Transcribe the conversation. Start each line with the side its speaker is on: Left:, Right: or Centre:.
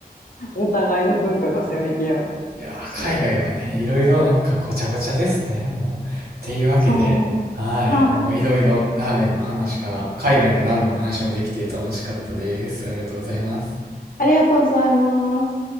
Left: <laughs> お互いの文化がせめぎ合う。
Right: <laughs> いやー、
Left: そう。
Right: 海外はね、いろいろなんかごちゃごちゃですね、もう。っていうわけで、
Left: そう。
Right: はい。
Left: はい。
Right: もういろいろラーメンの話から、海外のラーメンの話もできて楽しかったです。ありがとうございます。
Left: ありがとうございます。